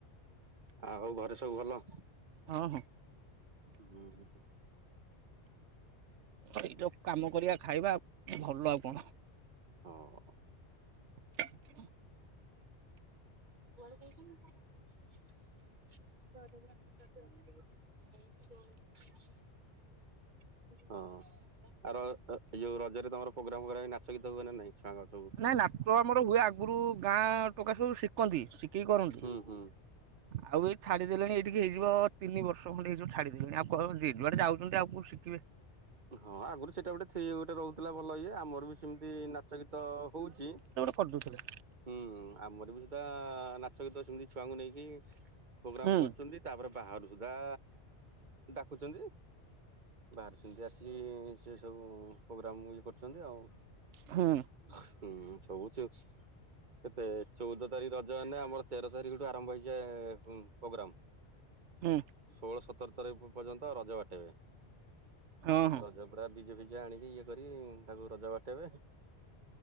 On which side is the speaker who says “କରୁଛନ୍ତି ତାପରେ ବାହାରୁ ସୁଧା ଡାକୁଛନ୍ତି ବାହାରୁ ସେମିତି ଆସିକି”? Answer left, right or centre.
Right